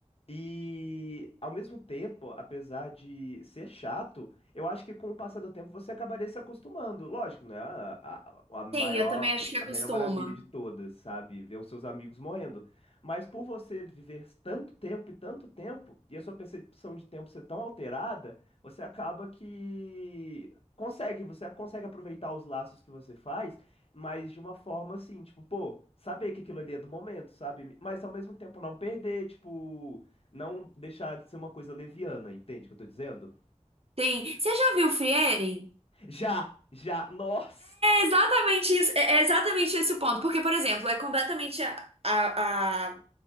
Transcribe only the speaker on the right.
Sim, eu também acho que acostuma.
Tem. Você já viu Frieren?
Exatamente isso, é é exatamente esse o ponto. Porque, por exemplo, é completamente a, a, a-